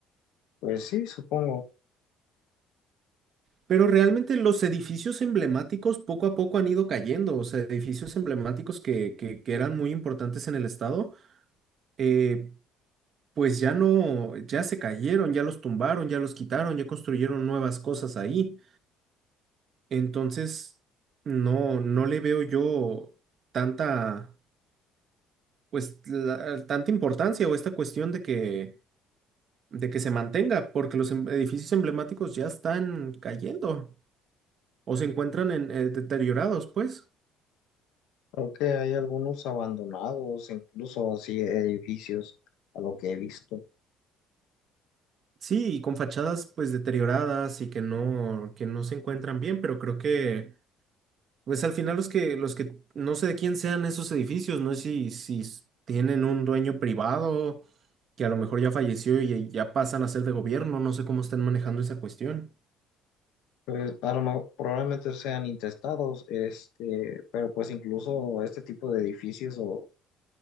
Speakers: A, on the left; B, on the right.
A: Pues sí, supongo.
B: Pero realmente los edificios emblemáticos poco a poco han ido cayendo, o sea, edificios emblemáticos que, que que eran muy importantes en el estado. eh, pues ya no, ya se cayeron, ya los tumbaron, ya los quitaron, ya construyeron nuevas cosas ahí. Entonces, no, no le veo yo tanta, pues, la- tanta importancia o esta cuestión de que, de que se mantenga, porque los em- edificios emblemáticos ya están cayendo o se encuentran en, eh, deteriorados, pues.
A: Creo que hay algunos abandonados, incluso así edificios, a lo que he visto.
B: Sí, y con fachadas pues deterioradas y que no, que no se encuentran bien, pero creo que Pues al final los que, los que, no sé de quién sean esos edificios, no sé si, si s- tienen un dueño privado que a lo mejor ya falleció y ya pasan a ser de gobierno, no sé cómo están manejando esa cuestión.
A: Pues a lo mejor probablemente sean intestados, este, pero pues incluso este tipo de edificios o,